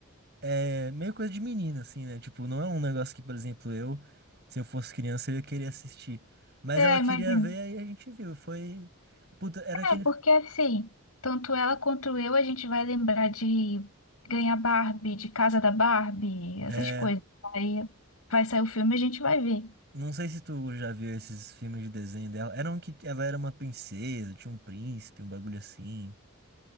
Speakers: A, on the right; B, on the left.
A: é meio coisa de menina, assim, né? Tipo, não é um negócio que, por exemplo, eu, se eu fosse criança, eu ia querer assistir. Mas
B: É,
A: ela queria
B: imagino.
A: ver, aí a gente viu. Foi. Puta, era aquele.
B: É, porque assim, tanto ela quanto eu, a gente vai lembrar de ganhar Barbie, de Casa da Barbie, essas
A: É.
B: coisas. Aí vai sair o filme e a gente vai ver.
A: Não sei se tu já viu esses filmes de desenho dela. Era um que ela era uma princesa, tinha um príncipe, um bagulho assim.